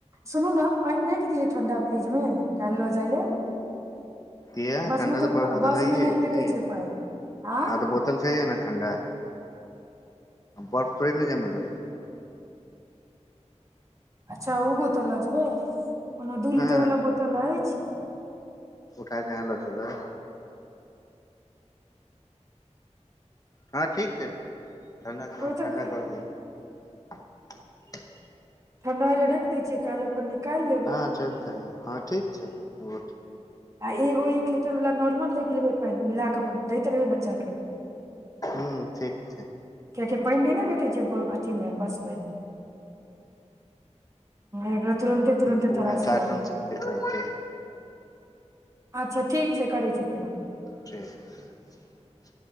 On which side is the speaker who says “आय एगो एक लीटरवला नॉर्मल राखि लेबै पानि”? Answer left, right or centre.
Right